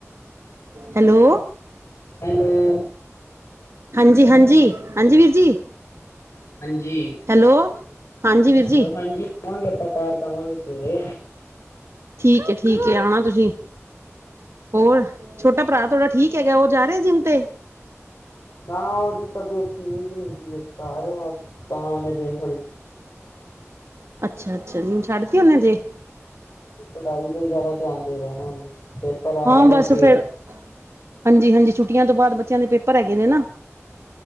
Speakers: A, on the right; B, on the left.
A: ਹੈਲੋ
B: ਹੈਲੋ?
A: ਹਾਂਜੀ ਹਾਂਜੀ ਹਾਂਜੀ, ਵੀਰ ਜੀ
B: ਹਾਂਜੀ,
A: ਹੈਲੋ ਹਾਂਜੀ
B: ਹੈਲੋ
A: ਵੀਰ ਜੀ
B: ਹਾਂਜੀ ਆਵਾਂਗੇ ਆਪਾਂ, ਪਾਰਕ ਆਵਾਂਗੇ ਸਵੇਰੇ
A: ਠੀ ਹੈ ਠੀਕ ਆਣਾ ਤੁਸੀਂ, ਹੋਰ ਛੋਟਾ ਭਰਾ, ਤੁਹਾਡਾ ਠੀਕ ਹੈਗਾ, ਉਹ ਜਾ ਰਿਹਾ ਜਿੰਮ, ਤੇ
B: ਨਾ ਉਹਦੀ ਤਬੀਅਤ, ਠੀਕ ਨਹੀਂ ਸੀ, ਉ ਘਰ ਏ ਬਸ, ਤਾਂ ਉਹਨੇ ਜਿਮ
A: ਅੱਛਾ-ਅੱਛਾ ਜਿ ਛੱਡ
B: ਤੇ
A: ਤ ਆਉਣਾ ਜੇ
B: ਪੜ੍ਹਾਈ ਤੇ ਜ਼ਿਆਦਾ, ਧਿਆਨ ਦੇ ਰਿਹਾ ਨਾ ਆ
A: ਹਾਂ
B: ਰਹੇ ਨੇ
A: ਬਸ
B: ਅੱਗੇ
A: ਫੇਿਰ, ਹਾਂਜੀ ਹਾਂਜੀ ਛੁੱਟੀਆਂ ਤੋਂ ਬਾਅਦ, ਬੱਚਿਆਂ ਦੇ ਪੇਪਰ ਹੈਗੇ ਨੇ, ਨਾ